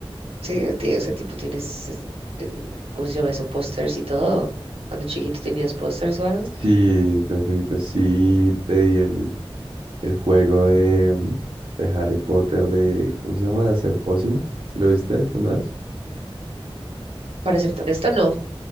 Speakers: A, on the right; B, on the right.
A: Sí, tie- o sea, tipo, tienes, es- em, ¿cómo se llama eso? Pósters y todo. Cuando chiquito tenías pósters o algo.
B: Sí, ahorita sí pedí el, el juego de, mm, de Harry Potter de, ¿cómo se llama? De hacer pócimas. si lo viste alguna vez?
A: Para serte honesto, no.